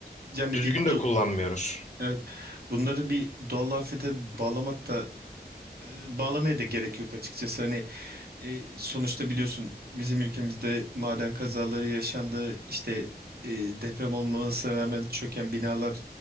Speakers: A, on the right (about 65°); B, on the left (about 45°).
A: yani
B: düzgün
A: bir
B: de
A: do-
B: kullanmıyoruz.
A: evet bunları bir doğal afete bağlamak da e, bağlamaya da gerek yok açıkçası. Hani e, sonuçta biliyorsun bizim ülkemizde maden kazaları yaşandı. işte e, deprem olmamasına rağmen çöken binalar